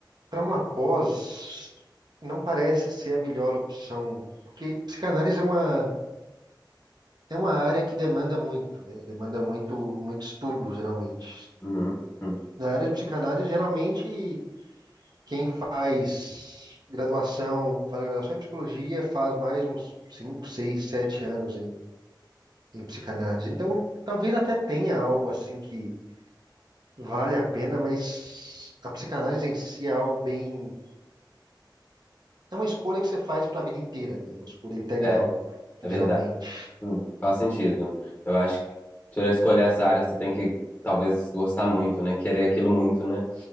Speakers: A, on the right; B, on the left.
A: para uma pós não parece ser a melhor opção, porque psicanálise é uma é uma área que demanda muito, né? Demanda muito muito estudo, geralmente.
B: Uhum. Hum.
A: Na área de psicanálise, geralmente quem faz graduação, faz graduação em psicologia, faz mais uns 5 6 7 anos em, em psicanálise. Então, talvez até tenha algo assim que Vale a pena, mas a psicanálise em si é algo bem. É uma escolha que você faz para a vida inteira, né? Uma escolha integral,
B: É, é
A: geralmente.
B: verdade. Hum. Faz sentido. Eu acho que para escolher essa área, você tem que talvez gostar muito, né? Querer aquilo muito, né?